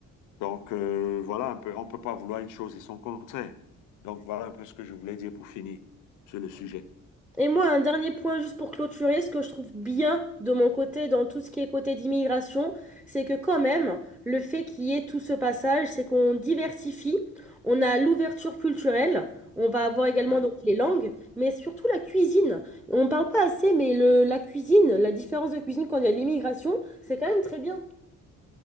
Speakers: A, on the left; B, in the centre.
A: donc euh, voilà un peu, on ne peut pas vouloir une chose et son contraire. Donc, voilà un peu ce que je voulais dire pour finir sur le sujet.
B: Et moi, un dernier point juste pour clôturer, ce que je trouve bien de mon côté dans tout ce qui est côté d'immigration, c'est que quand même, le fait qu'il y ait tout ce passage, c'est qu'on diversifie, on a l'ouverture culturelle, on va avoir également
A: Ouais.
B: donc les langues, mais surtout la cuisine. On ne parle pas assez, mais le, la cuisine, la différence de cuisine quand il y a l'immigration, c'est quand même très bien.